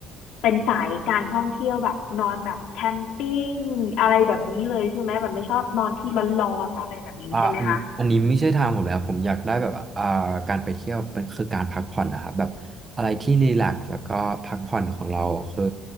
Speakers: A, on the left; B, on the right.
A: เป็นสายการท่องเที่ยวแบบนอนแบบแคมปิ้งอะไรแบบนี้เลยใช่ไหมแบบไม่ชอบนอนที่ร้อนๆอะไรแบบนี้ใช่ไหมคะ
B: อ่าอันอันนี้ไม่ใช่ทางผมเลยครับผมอยากได้แบบอ่าการไปเที่ยวเป็นคือการพักผ่อนนะครับแบบอะไรที่รีแลกซ์แล้วก็พักผ่อนของเราคือ